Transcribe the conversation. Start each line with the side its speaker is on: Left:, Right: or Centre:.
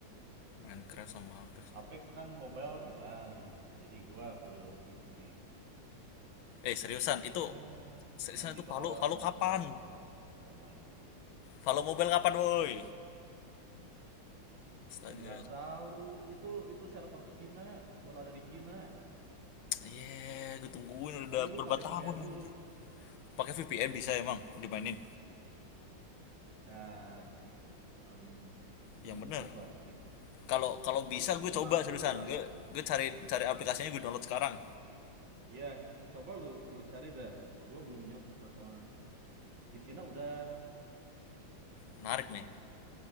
Left: Minecraft sama apa?
Right: Apex kan mobile hilang, jadi gua ke PC.
Left: Eh seriusan itu
Right: Ya,
Left: seriusan
Right: nanti
Left: itu
Right: bakal
Left: Valo Valo
Right: ada
Left: kapan?
Right: Valorant mobile, ntar main lah.
Left: Valo Mobile kapan woi? Astaga.
Right: Yang nggak tahu itu itu server Cina, baru ada di Cina.
Left: Iya, gue tungguin udah
Right: Paling lu
Left: berapa
Right: pakai
Left: tahun
Right: VPN dulu.
Left: anjir. Pakai VPN bisa emang dimainin.
Right: Eh, em, belum
Left: Yang bener.
Right: nyoba sih.
Left: Kalau kalau bisa
Right: Co-
Left: gue
Right: Coba
Left: coba seriusan.
Right: lu cari.
Left: Gue gue cari cari aplikasinya gue download sekarang.
Right: Iya, coba lu lu cari dah. Gua belum nyoba soalnya. Di Cina udah.
Left: Menarik nih.